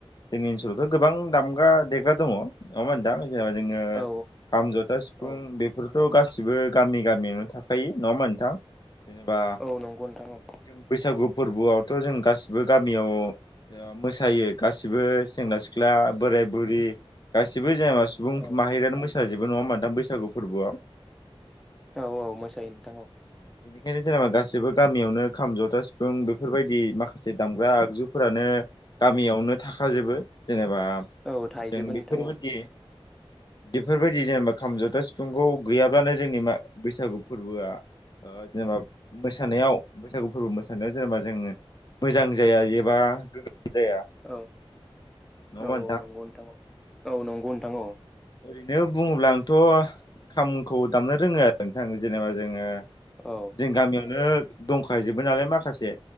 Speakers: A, on the left (about 45°); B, in the centre.
A: जोंनि ओनसोलावथ' गोबां दामग्रा देग्रा दङ <unintelligible> ना होनदां जेनेबा जोङो
B: औ
A: खाम जथा सिफुं
B: औ
A: बेफोरथ' गासिबो <unintelligible> गासिबो गामि गामियावनो थाखायो नङा मोनथां जेनेबा
B: औ नंगौ नोंथां औ
A: जों बैसागु <inaudible> फोरबोआवथ' जों गासैबो <inaudible> गबो गामियाव मोसायो गासिबो सेंग्रा सिख्ला बोराय बुरि <unintelligible> गासैबो जाया सुबुं
B: औ
A: माहारियानो मोसाजोबो नङामोन दां बैसागु फोरबोआव
B: औ औ मोसायो नोंथां औ
A: बेनिखायनो जेनेबा गासैबो गामियावनो खाम जथा सिफुं बेफोर गामियावनो थाखाजोबो जेनेबा
B: औ थाइजोबो
A: जों बेफोरबायदि
B: नोंथां औ
A: बेफोरबायदि जेनेबा खाम जथा सिफुंखौ गैयाब्लानो जोंनि मा बैसागु फोरबोआ ओ जेनेबा मोसानायाव बैसागु फोरबो मोसानायाव जेनेबा जोङो मोजां जाया एबा गोग्गो जाया
B: औ
A: नङा होमबा
B: औ औ नंगौ नोंथां औ नंगौ नोंथां औ
A: ओरैनो बुङोब्ला आंथ' खामखौ दामनो रोङो आरो नोंथां जेनेबा जोङो
B: औ
A: जों गामियावनो दंखा जोबो नालाय माखासे